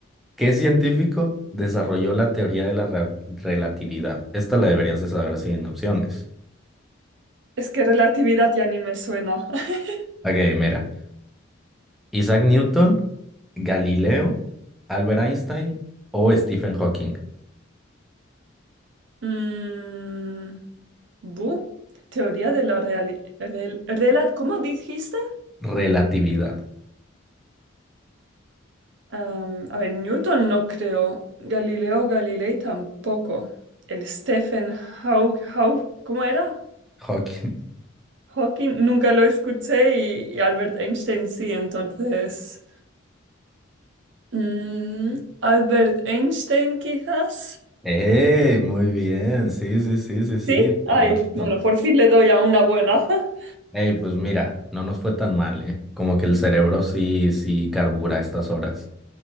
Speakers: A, in the centre; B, on the right.
A: ¿Qué científico desarrolló la teoría de la re- relatividad? Esta la deberías de saber sin opciones.
B: Es que relatividad ya ni me suena. <laughs>
A: Ok, mira. Isaac Newton. Galileo, Albert Einstein o Stephen Hawking.
B: Mm, bu, teoría de la realidad. ¿Cómo dijiste?
A: Relatividad.
B: Am, a ver, Newton no creo. Galileo Galilei tampoco. El Stephen Hawking, ¿cómo era?
A: Hawking.
B: Hawking nunca lo escuché y, y Albert Einstein sí, entonces. mm, Albert Einstein quizás.
A: <laughs> ¡Ey! Muy bien. Sí, sí, sí, sí, sí.
B: Sí,
A: Está
B: ay,
A: correcto.
B: bueno, por fin le doy a una buena. <laughs>
A: ¡Ey! Pues mira, no nos fue tan mal, ¿eh? Como que el cerebro sí, sí carbura a estas horas.